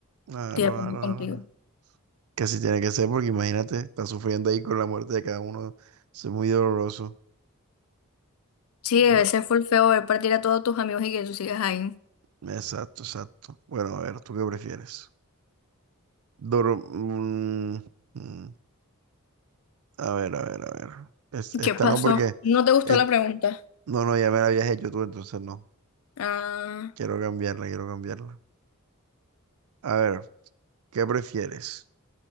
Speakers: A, on the right (about 80°); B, on the left (about 70°).
A: Claro,
B: Estoy de acuerdo
A: claro,
B: contigo.
A: claro. Que así tiene que ser, porque imagínate, está sufriendo ahí con la muerte de cada uno. Eso es muy doloroso.
B: Sí,
A: Bueno,
B: debe ser full feo ver partir a todos tus amigos y que tú sigas ahí.
A: exacto, exacto. Bueno, a ver, ¿tú qué prefieres? Dor- mm, mm. A ver, a ver, a ver. Es- esta
B: ¿Qué pasó?
A: no porque...
B: ¿No te gustó
A: eh,
B: la pregunta?
A: no, no, ya me la habías hecho tú, entonces no.
B: Ah,
A: Quiero cambiarla, quiero cambiarla. A ver, ¿qué prefieres?